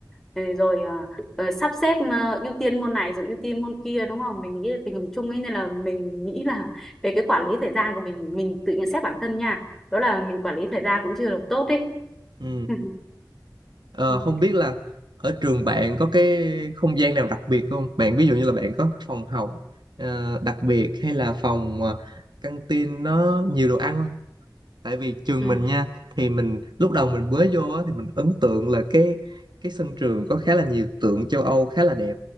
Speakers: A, in the centre; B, on the right (about 70°).
A: ờ, rồi à, ờ, sắp xếp ờ, ưu tiên môn này rồi ưu tiên môn kia đúng không? Mình nghĩ là tình hình chung ấy nên là mình nghĩ là <laughs> về cái quản lý thời gian của mình mình tự nhận xét bản thân nha. Đó là mình quản lý thời gian cũng chưa được tốt ấy.
B: Ừ.
A: <laughs>
B: Ờ,
A: Ừ.
B: không biết là ở trường bạn có cái không gian nào đặc biệt không? Bạn ví dụ như là bạn có phòng học ờ, đặc biệt hay là phòng uh, căng tin nó nhiều đồ ăn không? tại vì trường
A: Ừ.
B: mình nha thì mình lúc đầu mình mới vô á, thì mình ấn tượng là cái cái sân trường có khá là nhiều tượng châu Âu khá là đẹp